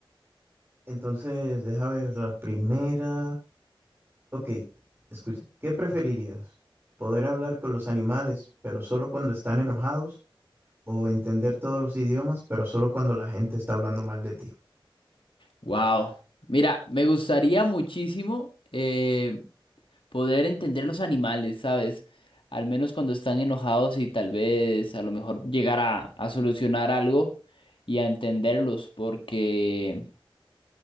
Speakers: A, on the right (about 25°); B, on the left (about 65°).
A: Entonces, deja ver la primera. Ok, escucha, ¿qué preferirías? ¿Poder hablar con los animales, pero solo cuando están enojados? ¿O entender todos los idiomas, pero solo cuando la gente está hablando mal de ti?
B: Wow. Mira, me gustaría muchísimo eh, poder entender los animales, ¿sabes? Al menos cuando están enojados y tal vez a lo mejor llegar a, a solucionar algo y a entenderlos, porque